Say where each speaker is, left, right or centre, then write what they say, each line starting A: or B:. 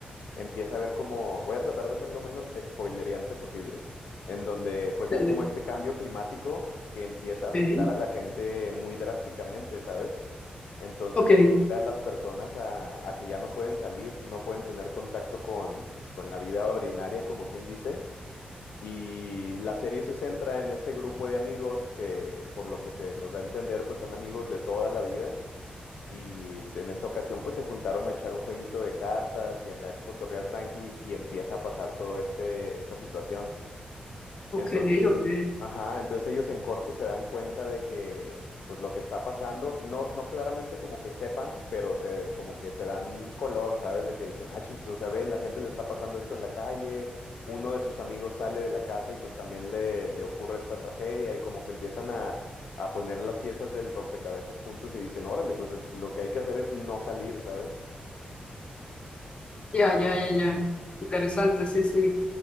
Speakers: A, on the left; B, on the left.
A: empieza a ver como, voy a tratar de ser lo menos spoilereante posible, en donde pues
B: dale.
A: hay como este cambio climático que empieza a afectar
B: Ok,
A: a la gente muy drásticamente, ¿sabes? Entonces
B: ok,
A: obliga a las personas a, a que ya no pueden salir, no pueden tener contacto con, con la vida ordinaria, como quien dice. Y la serie se centra en este grupo de amigos que, por lo que se nos da a entender, pues son amigos de toda la vida y se- en esta ocasión pues se juntaron a echar un jueguito de cartas y acá a cotorrear tranqui y empieza a pasar todo este, esta situación.
B: ok,
A: Entonces,
B: ok.
A: ajá, entonces ellos en corto se dan cuenta de que, pues lo que está pasando, no, no claramente como que sepan, pero se, como que se dan color, ¿sabes? De que dicen, ah, chis, o sea, ve, la gente le está pasando esto en la calle, uno de sus amigos sale de la casa y pues también le, le ocurre esta tragedia y como que empiezan a, a poner las piezas del rompecabezas juntos y dicen, órale, pues eh, lo que hay que hacer es no salir, ¿sabes?
B: Ya, ya, ya, ya. Interesante, sí, sí.